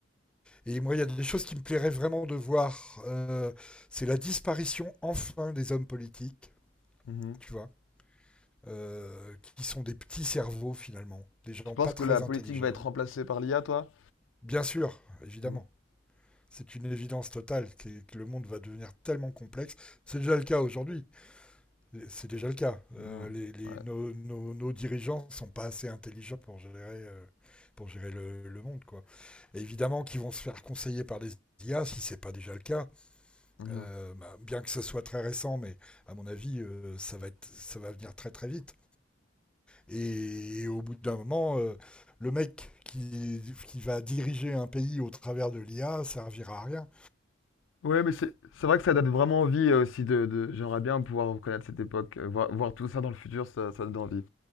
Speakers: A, in the centre; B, on the left.
A: Et moi, il y a des choses qui me plairaient vraiment de voir. Euh, c'est la disparition enfin des hommes politiques,
B: Mhm.
A: tu vois, euh, qui sont des petits cerveaux finalement, des gens
B: Tu penses
A: pas très
B: que la politique
A: intelligents.
B: va être remplacée par l'IA, toi?
A: Bien sûr, évidemment.
B: Mhm.
A: C'est une évidence totale que, que le monde va devenir tellement complexe. C'est déjà le cas aujourd'hui. C'est déjà le cas.
B: Mhm.
A: Euh, les, les,
B: Ouais.
A: nos, nos, nos dirigeants sont pas assez intelligents pour gérer, euh, pour gérer le, le monde, quoi. Et évidemment, qu'ils vont se faire conseiller par des IA, si c'est pas déjà le cas.
B: Mhm.
A: Euh, bah, bien que ce soit très récent, mais à mon avis, euh, ça, va être, ça va venir très très vite. Et, et au bout d'un moment, euh, le mec qui, qui va diriger un pays au travers de l'IA servira à rien.
B: Ouais, mais c'est c'est vrai que ça donne vraiment envie euh, aussi de, de- j'aimerais bien pouvoir reconnaître cette époque, euh, voir, voir tout ça dans le futur, ça, ça donne envie,